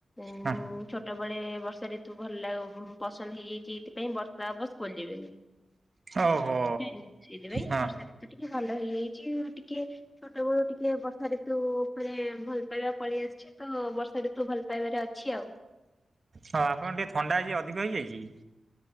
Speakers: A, on the left; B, on the right.
A: ଉ
B: ହଁ
A: ଛୋଟବେେଳେ ବର୍ଷା ଋତୁ ଭଲ ଲାଗ ପସନ୍ଦ ହେଇଯାଇଛି ଏଇଥିପାଇଁ ବର୍ଷା ହେବ ସ୍କୁଲ ଯିବେନି।
B: ଓହୋ
A: ସେ ଲ ସେଇଥି ପାଇଁ
B: ହଁ
A: ବର୍ଷା ଋତୁଟି କିଭଲ ହେଇଯାଇଛି ଟିକେ ଛୋଟ ବଳୁ ଟିକେ ବର୍ଷା ଋତୁ ଉପରେ ଭଲ ପାଇବା ପଳେଇ ଆସିଛି ତୁ ବର୍ଷାଟି ଋତୁ ଭଲ ପାଇବାରେ ଅଛି ଆଉ।
B: ହଁ ଆପଣ ଟିକେ ଥଣ୍ଡା ହେଇଚି ଅଧିକା ହେଇଯାଇଛି କି।